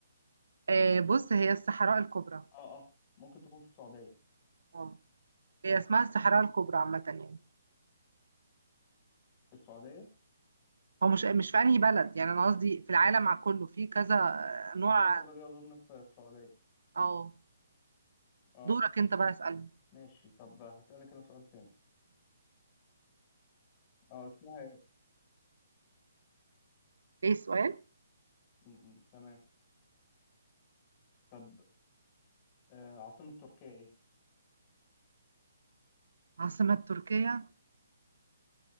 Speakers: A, on the right; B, on the left.
A: اه بس هي الصحراء الكبرى.
B: اه اه ممكن تكون في السعودية
A: اه هي اسمها الصحراء الكبرى عامة يعني.
B: في السعودية
A: هو مش مش فعليه بلد يعني ناس دي في العالم مع كله في كذا آه، نوع
B: الصحراء الكبرى دي أظن في السعودية
A: أو
B: اه
A: دورك أنت بسألك.
B: ماشي طب هسألك أنا سؤال تاني اه اسمها ايه
A: ايه سؤال؟
B: م- م، تمام طب آه، عاصمة تركيا ايه؟
A: عاصمة تركيا؟